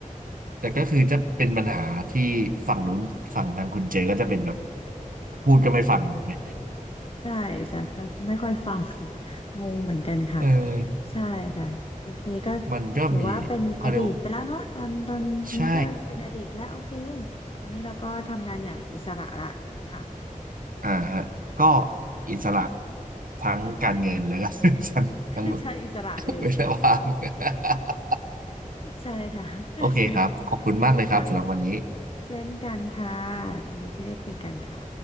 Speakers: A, on the right (about 80°); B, on the left (about 40°).
A: แต่ก็คือจะเป็นปัญหาที่ฝั่งนู้นฝั่งทางคุณเจก็จะเป็นแบบพูดก็ไม่ฟังถูกไหม
B: ใช่จะจะไม่ค่อยฟัง <laughs> งงเหมือนกันค่ะ
A: เออ
B: ใช่ค่ะโอเคก็
A: มันก็มีเขาเรียกว่า
B: ถือว่าเป็นอดีตไปแล้วเนาะตอนตอนนี้ก็เป็นอดีตไปแล้วโอเค
A: ใช่
B: ตอนนี้เราก็ทำงานอย่างอิสระละค่ะ
A: อ่าฮะก็อิสระทั้งการเงินแล้วก็
B: ค่ะ
A: <laughs> ทั้งทั้ง
B: <laughs> ใช่อิสระเลยค่ะ
A: เวลาว่าง <laughs>
B: ใช่ค่ะก็คือ
A: โอเคครับขอบคุณมากเลยครับสำหรับวันนี้
B: ค่ะเช่นกันค่ะยินดีที่ได้คุยกันค่ะ